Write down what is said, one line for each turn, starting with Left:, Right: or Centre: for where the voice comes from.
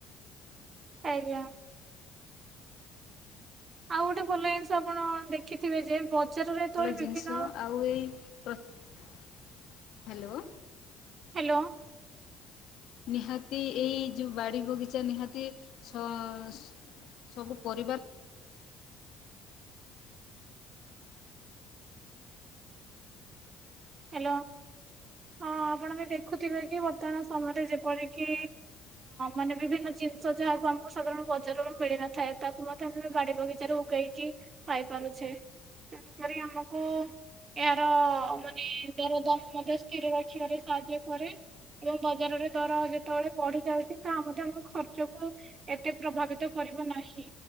Right: ଆଜ୍ଞା। ଆଉ ଗୋଟେ ଭଲ ଜିନିଷ ଆପଣ ଦେଖିଥିବେ ଯେ ବଜାରରେ ଯେତେବେଳେ
Left: ଭଲ ଜିନିଷ
Right: ବିଭିନ୍ନ
Left: ଆଉ ଏଇ ହ୍ୟାଲୋ।
Right: ହ୍ୟାଲୋ।
Left: ନିହାତି ଏଇ ଯୋଉ ବାଡ଼ି ବଗିଚା ନିହାତି ସବୁ ପରିବା
Right: ହ୍ୟାଲୋ ହଁ ଆପଣ ବି ଦେଖୁଥିବେ କି ବର୍ତ୍ତମାନ ସମୟରେ ଯେପରିକି ମାନେ ବିଭିନ୍ନ ଜିନିଷ ଯାହାକୁ ଆମକୁ ସାଧାରଣ ବଜାରରୁ ମିଳିନଥାଏ ତାକୁ ମଧ୍ୟ ଆମେ ବାଡି ବଗିଚାରେ ଉଗେଇକି ପାଇପାରୁଛେ ତେଣୁକରି ଆମକୁ ଏହାର ମେ ମାନ ଦର ଦାମ ମଧ୍ୟ ସ୍ଥିର ରଖିବାରେ ସାହାଯ୍ୟ କରେ ଏବଂ ବଜାରରେ ଦର ଯେତେବେଳେ ବଢି ଯାଉଛି ତାହା ମଧ୍ୟ ଆମ ଖର୍ଚ୍ଚକୁ ଏତେ ପ୍ରଭାବିତ କରିବ ନାହିଁ।